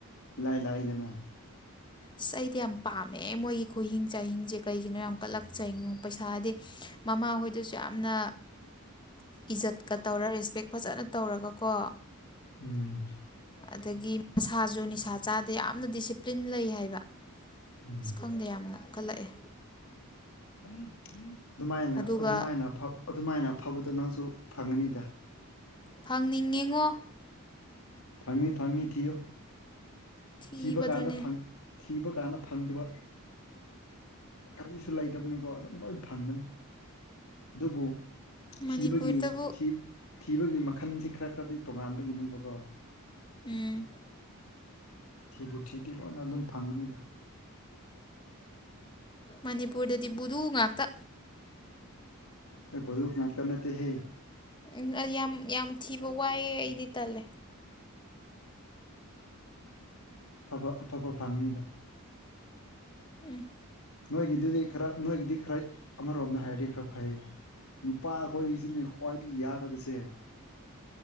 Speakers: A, on the left; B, on the left.
A: ꯏꯂ ꯂ ꯍꯗꯅ
B: ꯑꯁ ꯑꯩꯗꯤ ꯌꯥꯝ ꯄꯥꯝꯃꯦ ꯃꯣꯏꯒꯤ ꯈꯨꯍꯤꯡ ꯆꯍꯤꯡꯁꯦ ꯀꯩꯒꯤꯅꯣ ꯌꯥꯝ ꯀꯠꯂꯛꯆꯩꯣ ꯄꯩꯁꯥꯗꯤ ꯃꯃꯥ ꯍꯣꯏꯗꯁꯨ ꯌꯥꯝꯅ ꯏꯖꯠꯀ ꯇꯧꯔ ꯔꯦꯁꯄꯦꯛ ꯐꯖꯅ ꯇꯧꯔꯒꯀꯣ
A: ꯎꯝ
B: ꯑꯗꯒꯤ ꯃꯁꯥꯁꯨ ꯅꯤꯁꯥ ꯆꯥꯗ ꯌꯥꯝꯅ ꯗꯤꯁꯤꯄ꯭ꯂꯤꯟ ꯂꯩ ꯍꯥꯏꯕ
A: ꯎꯝ
B: ꯁ ꯈꯪꯗꯦ ꯌꯥꯝꯅ ꯀꯜꯂꯛꯑꯦ
A: ꯑꯗꯨꯃꯥꯏꯅ
B: ꯑꯗꯨꯒ
A: ꯑꯗꯨꯃꯥꯏꯅ ꯑꯗꯨꯃꯥꯏꯅ ꯑꯐꯕꯗ ꯅꯪꯁꯨ ꯐꯪꯉꯅꯤꯗ
B: ꯐꯪꯅꯤꯡꯉꯤꯉꯣ
A: ꯐꯪꯅꯤ ꯐꯪꯅꯤ ꯊꯤꯣ
B: ꯊꯤꯕꯗꯨꯅꯦ
A: ꯊꯤꯕ ꯀꯥꯟꯗ ꯊꯤꯕ ꯀꯥꯟꯗ ꯐꯪꯗꯕ ꯀꯔꯤꯁꯨ ꯂꯩꯇꯕꯅꯤꯀꯣ ꯑꯗꯨꯝ ꯂꯣꯏ ꯐꯪꯕꯅꯤ ꯑꯗꯨꯕꯨ
B: ꯃꯅꯤꯄꯨꯔꯗꯕꯨ
A: ꯊꯤꯕꯒꯤ ꯊꯤꯕꯒꯤ ꯃꯈꯜꯁꯤ ꯈꯔ ꯈꯔꯗꯤ ꯇꯣꯉꯥꯟꯕꯒꯤꯅꯦꯕꯀꯣ
B: ꯎꯝ
A: ꯊꯤꯕꯨ ꯊꯤꯗꯤ ꯂꯣꯏꯅ ꯑꯗꯨꯝ ꯐꯪꯕꯅꯤꯗ
B: ꯃꯅꯤꯄꯨꯔꯗꯗꯤ ꯕꯨꯙ ꯉꯥꯛꯇ
A: ꯗꯨ ꯅꯥꯇꯀ ꯅꯠꯇ ꯍꯦ
B: ꯎꯝ ꯌꯥꯝ ꯌꯥꯝ ꯊꯤꯕ ꯋꯥꯏꯑꯦ ꯑꯩꯗꯤ ꯇꯜꯂꯦ
A: ꯑꯐꯕ ꯑꯐꯣꯕ ꯐꯪꯅꯤꯗ
B: ꯎꯝ
A: ꯅꯣꯏꯒꯤꯗꯨꯗꯤ ꯈꯔ ꯅꯣꯏꯒꯤꯗꯤ ꯈꯔ ꯑꯃꯔꯣꯝꯗ ꯍꯥꯏꯔꯗꯤ ꯈꯔ ꯐꯩ ꯅꯨꯄꯥ ꯑꯩꯈꯣꯏꯒꯤꯁꯤꯅꯦ ꯈ꯭ꯋꯥꯏꯗꯒꯤ ꯌꯥꯗꯕꯁꯦ